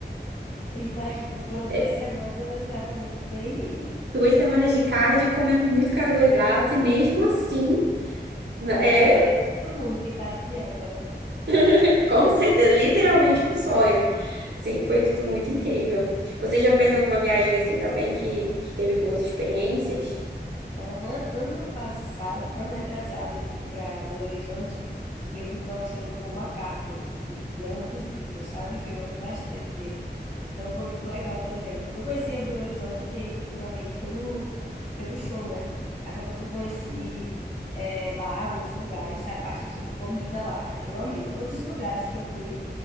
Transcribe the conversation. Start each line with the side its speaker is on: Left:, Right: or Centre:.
Left: Imagino, foram
Right: É,
Left: duas semanas realmente bem. <laughs>
Right: duas semanas de cardio, comendo muito carboidrato, e mesmo assim, n-
Left: Olha,
Right: é,
Left: o sonho de todo mundo que tá de dieta, né?
Right: <laughs> com certeza, literalmente um sonho. Assim, foi tudo muito incrível. Você já fez alguma viagem assim também que, que teve boas experiências?
Left: Aham, Ano passado, ano retrasado, eu fui pra Belo Horizonte, que eu fui para o show do Paul McCartney, que é um dos Beatles, sabe? Que eu gosto bastante dele. Então foi muito legal também. Eu não conhecia Belo Horizonte, eu tinha ido puramente pelo, pelo show, né? Acabou que eu conheci eh, lá muitos lugares, a parte de comida lá. Eu amei. Todos os lugares que eu fui.